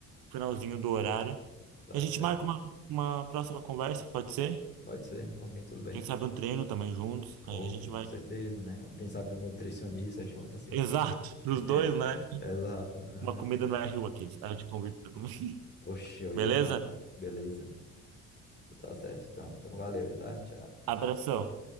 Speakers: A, on the right; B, on the left.
A: finalzinho do horário.
B: tá
A: E a gente
B: certo.
A: marca uma, uma próxima conversa, pode ser?
B: Pode ser, por mim tudo bem.
A: Quem sabe um treino também juntos.
B: Ou
A: Aí a gente
B: com
A: vai.
B: certeza,
A: <laughs>
B: né? Ou quem sabe um nutricionista junto, assim.
A: Exato, pros
B: <laughs>
A: dois, né?
B: Exato. aham.
A: Uma comida no RU aqui. Aí eu te convido pra comer. <laughs>
B: Oxe, eu
A: Beleza?
B: ia com. Beleza. Tá certo, então. Então valeu, tá? Tchau.
A: Abração.